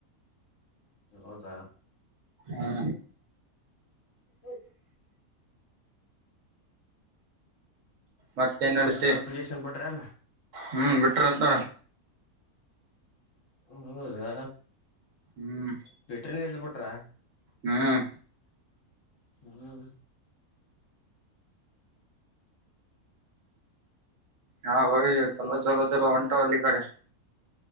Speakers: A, on the left; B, on the right.
A: ಹೌದಾ
B: ಹಾ
A: ಹೆ
B: ಮತ್ತೇನ್ ನಡ್ಸಿ
A: ಹಾಸ್ಟೆಲ್ ಅಪ್ಲಿಕೇಶನ್ ಬಿಟ್ರೇನ
B: ಹ್ಮ್ ಬಿಟ್ರಂತ
A: ಹೌದಾ
B: ಹ್ಮ್
A: ಶವೆಟ್ರನ ಇಬಿಟ್ರ
B: ಹ್ಮ್
A: ಹ್ಮ್
B: ಹಾ ಹಯ ಚಲೋ ಚಲೋ ಚಲೋ ಹೊಂಟಾವ ಅಲ್ಲಿ ಕಡೆ